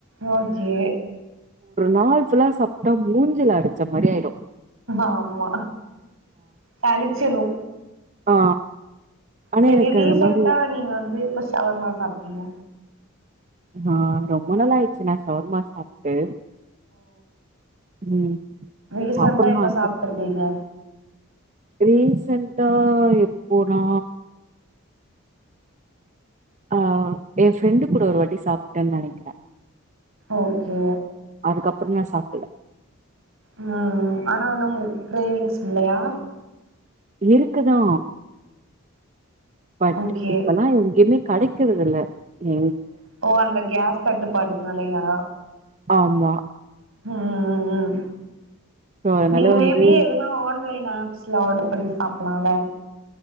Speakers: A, on the right; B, on the right.
A: ஓகே
B: நாள் ஃபுல்லா சாப்ட்டா மூஞ்சில அடிச்ச மாரி ஆயிடும்
A: ஆமா பளிச்சிரு
B: ஆ ஆனா
A: செரி
B: எனக்கு
A: ரீசண்டா
B: அந்த மாரி
A: நீங்க வந்துப்ப ஷவர்மா சாப்ட்டீங்க
B: ஆ ரொம்ப நாளா ஆயிடுச்சு நான் ஷவர்மா சாப்ட்டு ம்
A: ரிசெண்ட்டா
B: சாப்பட்ணு
A: எப்ப
B: ஆச
A: சாப்ட்டுருபிங்க
B: இருக்கு ரீசன்டா எப்போனா ஆ என் ஃப்ரெண்டு கூட ஒரு வாட்டி சாப்ட்டன்னு நெனைக்ற
A: ஓகே
B: அதுக்கப்றோ நா சாப்புல
A: ம் ஆனா வனு உங்குளுக்கு கிரேவிங்ஸ் இல்லியா
B: இருக்குதா பட்
A: ஓகே
B: இப்பெல்லா எங்கியுமே கெடைக்குறது இல்ல எ
A: ஓ அந்த கேஸ் தட்டுப்பாட்டுனாலையா
B: ஆமா
A: ம் ம் ம்
B: சோ அதனால
A: நீங்க
B: வந்து
A: மேபி எதுனா ஆன்லைன் ஆப்ஸ்ல ஆடர் பண்ணி சாப் சாப்புலால